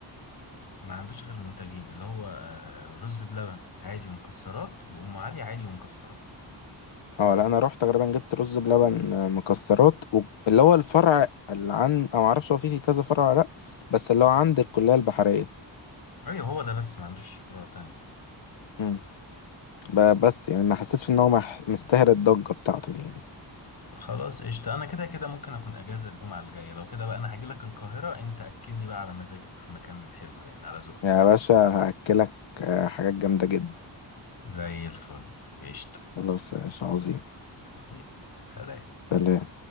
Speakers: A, on the left; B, on the left.
A: ما عندوش غير منتجين اللي هو آه، رز بلبن عادي ومكسرات وام علي عادي ومكسرات
B: اه لا انا رحت غالبا جبت رز بلبن آه، مكسرات و- اللي هو الفرع اللي عن او معرفش هو في في كذا فرع ولا لا بس اللي هو عند الكليه البحريه
A: ايوه هو ده بس ما عندوش فروع تانية
B: امم ب- بس يعني ما حسيتش ان هو مح- مستاهل
A: مم.
B: الضجه بتاعته دي يعني
A: خلاص قشطة انا كده كده ممكن اكون اجازة الجمعة الجاية لو كده بقى انا هاجيلك القاهرة انت اكلني بقى على مزاجك في مكان حلو يعني على ذوقك
B: يا باشا هاكلك آه، حاجات جامده جدا
A: زي الفل قشطة
B: خلاص يا باشا عظيم
A: حبيبي سلام
B: سلام